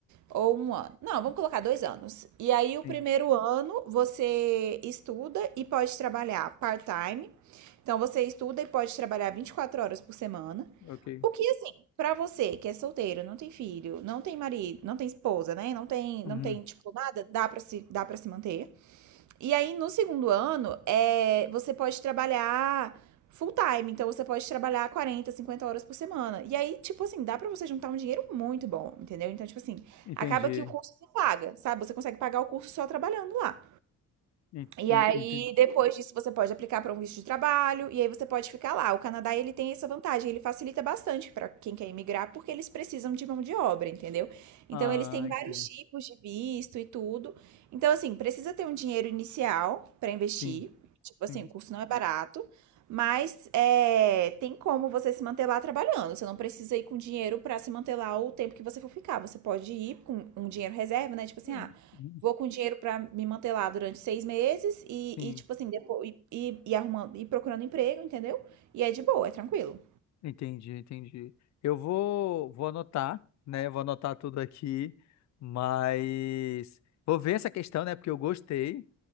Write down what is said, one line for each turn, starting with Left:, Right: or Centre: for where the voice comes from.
Right: ou um ano. Não, vamos colocar dois anos. E aí o
Left: sim,
Right: primeiro ano você estuda e pode trabalhar part-time. Então você estuda e pode trabalhar 24 horas por semana.
Left: ok.
Right: O que assim, pra você que é solteiro, não tem filho, não tem marido, não tem esposa, né? Não tem,
Left: Uhum,
Right: não tem tipo nada, dá pra se, dá para se manter. E aí, no segundo ano, é, você pode trabalhar full time. Então, você pode trabalhar 40 50 horas por semana. E aí, tipo assim, dá pra você juntar um dinheiro muito bom, entendeu? Então, tipo assim,
Left: entendi.
Right: acaba que o curso se paga, sabe? Você consegue pagar o curso só trabalhando lá.
Left: En-
Right: E
Left: en-
Right: aí,
Left: ente-
Right: depois disso, você pode aplicar para um visto de trabalho e aí você pode ficar lá. O Canadá, ele tem essa vantagem, ele facilita bastante para quem quer imigrar, porque eles precisam de mão de obra, entendeu? Então,
Left: Ah,
Right: eles têm vários
Left: entendi.
Right: tipos de visto e tudo. Então, assim, precisa ter um dinheiro inicial para investir.
Left: Sim,
Right: Tipo
Left: sim.
Right: assim, o curso não é barato, mas é, tem como você se manter lá trabalhando. Você não precisa ir com dinheiro para se manter lá o tempo que você for ficar. Você pode ir com um dinheiro reserva, né? Tipo assim,
Left: Uhum,
Right: ah, Vou com dinheiro pra me manter lá durante 6 meses e
Left: Sim,
Right: e, tipo assim, depo e e e arrumando e procurando emprego, entendeu. E é de boa, é tranquilo.
Left: Entendi, entendi. Eu vou, vou anotar, né? Vou anotar tudo aqui, mas vou ver essa questão, né? Porque eu gostei